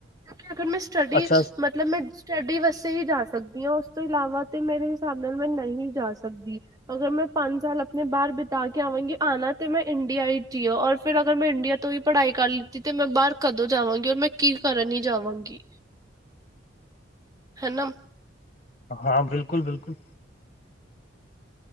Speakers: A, on the right (about 20°); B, on the left (about 40°).
A: ਕਿਉਂਕਿ ਅਗਰ ਮੈਂ ਸਟੱਡੀ
B: ਅੱਛਾ
A: ਮੈਂ ਮਤਲਬ ਮੈਂ ਸਟੱਡੀ ਵਾਸਤੇ ਹੀ ਜਾ ਸਕਦੀ ਹਾਂ ਉਸ ਤੋਂ ਇਲਾਵਾ ਤਾਂ ਮੇਰੇ ਹਿਸਾਬ ਨਾਲ ਮੈਂ ਨਹੀਂ ਜਾ ਸਕਦੀ। ਅਗਰ ਮੈਂ ਪੰਜ ਸਾਲ ਆਪਣੇ ਬਾਰ ਬਿਤਾ ਕੇ ਆਵਾਂਗੀ ਆਣਾ ਤੇ ਮੈਂ ਇੰਡੀਆ ਹੀ ਜੀਓਔਰ ਫਿਰ ਅਗਰ ਮੈਂ ਇੰਡੀਆ ਤੋਂ ਹੀ ਪੜ੍ਹਾਈ ਕਰ ਲਿੱਤੀ ਤੇ ਮੈਂ ਬਾਰ ਕਦੋਂ ਜਾਵਾਂਗੀ ਔਰ ਮੈਂ ਕੀ ਕਰਨ ਹੀ ਜਾਵਾਂਗੀ। ਹਨਾ।
B: ਹਾਂ ਬਿਲਕੁਲ-ਬਿਲਕੁਲ